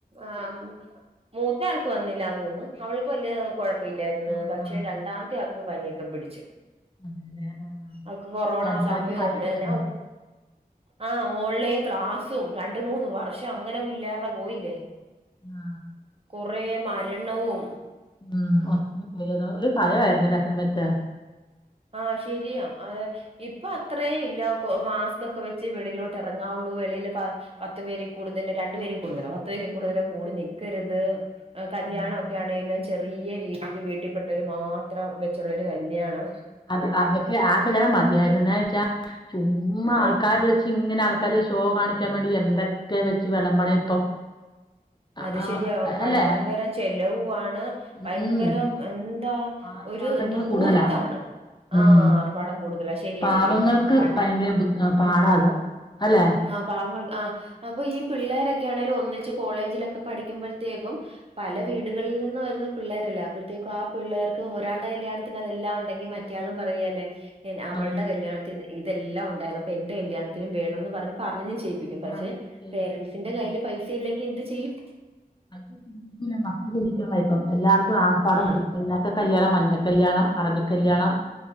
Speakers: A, on the right; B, on the left.
A: ആഹ് മ്മ് മൂത്തയാൾക്കു വന്നില്ലാന്ന് തോന്ന്ന്നു അവൾക്കുവല്യ കൊഴ പില്ലാരുന്ന്
B: ആ
A: പക്ഷെ
B: ആ
A: രണ്ടാമ്ത്തെയാക്ക് പനിയക്കെ പിടിച്ച്
B: അങ്ങനെ ആ
A: അവക്ക് കൊറോണ
B: വല്ലാത്ത
A: സമയൊന്നെന്നെയാവും
B: കാലായിട്ട് വരുന്നത്
A: ആഹ് ഓൺലൈൻ ക്ലാസ്സും രണ്ടു മൂന്ന് വർഷം അങ്ങനെ പില്ലേർടെ പോയില്ലേ
B: ആ
A: കൊറേ മരണ്ണവും
B: മ്മ് ഒ <unintelligible> ഒരു ഭയമായിരുന്നല്ലേ ആ സമയത്ത്
A: ആഹ് ശെരിയാ അഹ് ഇപ്പൊ അത്തറേയ്ല്ല കൊ മാസ്കൊക്കെ വെച്ച് വെളിയിലോട്ട് എറങ്ങാവുള്ളൂ വെളില് പാ പത്ത് പേരി കൂടുതല് രണ്ടു പേരി കൂടുതലോ പത്തു പേരി കൂടുതലോ കൂടി നിക്കരുത് ആഹ് കല്യാണൊക്കെ
B: ഉം.
A: ആണെലും ചെ ചെറിയെ രീതിക്ക് വീട്ടിപ്പെട്ടവര് മാത്രം വെച്ചൊള്ളൊരു കല്യാണം
B: അത് അതൊക്കെ ആഹ് കല്യാണം മതിയായിര്ന്ന് എന്നാവെച്ചാ ചുമ്മാ ആൾക്കാരെ
A: ആഹ്
B: വിളിച്ച് ഇങ്ങനെ ആൾക്കാര് ഷോ കാണിക്കാൻ വേണ്ടി എന്തക്കെ വെച്ച് വെളമ്പണെ ഇപ്പം ആ,
A: അത്
B: ആ,
A: ശരിയാ പയങ്കര
B: അല്ലേ
A: ചെലവ്വാണ് പയങ്കരം
B: ഉം
A: എന്താ
B: ആർഭാടങ്ങൾ
A: ഒരു ദൂർത്താണ്
B: കൂടുതലാ ഉം
A: ആഹ് ആർഭാടം കൂടു ശരിയ
B: പാവങ്ങൾക്ക്
A: ശരിയാ പൺ
B: ഭയങ്കര ബു- പാടാ
A: ഉം
B: അത് അല്ലേ
A: ആഹ് പാവങ്ങൾ ആഹ് അപ്പൊ ഈ പിള്ളേരെക്കെ ആണെലും ഒന്നിച്ച് കോളേജിലെക്കെ പഠിക്കുമ്പഴ് തേക്കും പല
B: ആ
A: വീടുകളിൽ നിന്ന് വരുന്ന പിള്ളേരല്ലേ അപ്പോഴത്തേക്കും ആഹ് പിള്ളേർക്ക് ഒരാൾടെ കല്യാണത്തിന് അതെല്ലാം ഉണ്ടെങ്കിൽ മറ്റയാളും പറ യേല്ലേ എൻ അവൾടെ
B: ആ,
A: കല്യാണത്തിന് ഇത് ഇതെല്ലാം ഒണ്ടായിരുന്നപ്പോ എന്റെ കല്യാണത്തിനും വേണന്ന് പറഞ്ഞപ്പ പറഞ്ഞ് ചെയ് പ്പിക്കും പഷെ
B: അങ്ങനെ ചെയ്യിപ്പിച്ച്
A: പേരൻസിന്റെ
B: ഉം.
A: കയ്യില് പൈസ ഇല്ലെങ്കിൽ എന്ത് ചെയ്യും
B: അത് ചിന്തിക്കൂല മക്കള് ചിന്തിക്കണം ഇപ്പം എല്ലാർക്കും ആർ പാട
A: ആ
B: മതി എന്നാക്ക കല്യാണം മഞ്ഞ കല്യാണം അറബിക്കല്യാണം